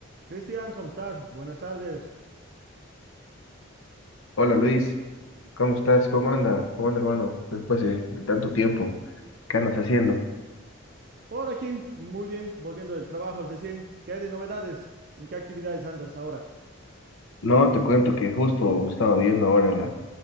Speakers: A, on the right; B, on the left.
A: Cristian, ¿cómo estás? Buenas tardes.
B: Hola Luis, ¿cómo estás? ¿Cómo anda? ¿Cómo anda hermano? Después de, de tanto tiempo, ¿qué andas haciendo?
A: Por aquí, muy bien, volviendo del trabajo recién. ¿Qué hay de novedades? ¿En qué actividades andas ahora?
B: No, te cuento que justo estaba viendo ahora la,